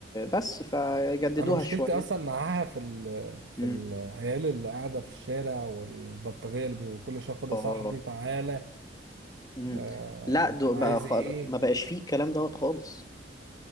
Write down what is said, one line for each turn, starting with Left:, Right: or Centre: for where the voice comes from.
Left: بس فجددوها
Right: انا مشكلتي
Left: شوية
Right: اصلا معاها في ال
Left: امم
Right: في العيال اللي قاعده في الشارع والبلطجيه اللي بي- وكل شويه خدها
Left: اه
Right: صاحبي تعالى
Left: امم
Right: آه
Left: لا دو
Right: عايز
Left: بقى خل...
Right: ايه
Left: ما بقاش فيه الكلام دوت خالص